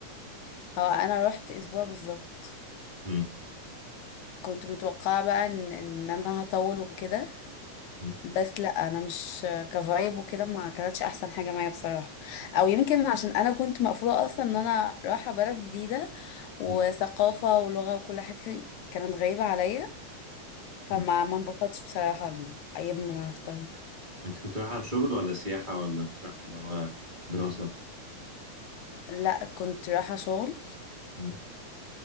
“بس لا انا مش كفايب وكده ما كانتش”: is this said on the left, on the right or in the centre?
Left